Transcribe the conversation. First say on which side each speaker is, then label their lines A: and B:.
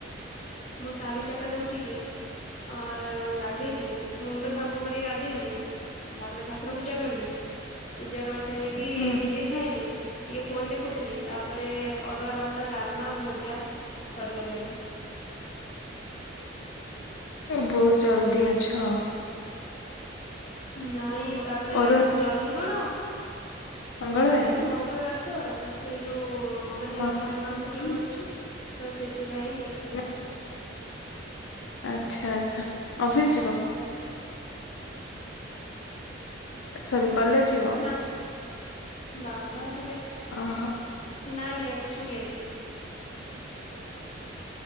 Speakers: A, on the left; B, on the left.
A: ମୁଁ ସାଢେ ଚାରିଟାରୁ ଉଠିକି ଆ ଗାଧେଇକି ମୁଣ୍ଡ ସାମ୍ବୁ କରିକି ଗାଧେଇଲି। ତାପରେ ଠାକୁର ପୂଜା କଲି ପୂଜା କରି ସାରିକି
B: ହୁଁ
A: ନିଜେ ଖାଇଲି ଟିକେ ଫୋନ ଦେଖୁଥିଲି ତାପରେ ଅରୁଆ ଭାତ ଡାଲମା ଭଜା ସରିଗଲାଣି।
B: ବହୁତ ଜଲଦି ଅଛ।
A: ନାଇଁ ତାପରେ
B: ଅରୁଆ
A: ଜଲଦି କଣ
B: ମଙ୍ଗଳବାରେ।
A: ଆଜି ମଙ୍ଗଳବାର ତ ସେ ଯୋଉ ମାନେ
B: ଆଚ୍ଛା
A: ହନୁମାନ ପୂଜା କରୁଛି ତ ସେଥିପାଇଁ
B: <unintelligible> ଆଚ୍ଛା ଆଚ୍ଛା ଅଫିସ୍ ଯିବ? ସରି କଲେଯ ଯିବ?
A: ନା ବାବା ଆସିବେ
B: ଅ ହ
A: ନାଇଁ ଆଜି ଛୁଟି ଅଛି।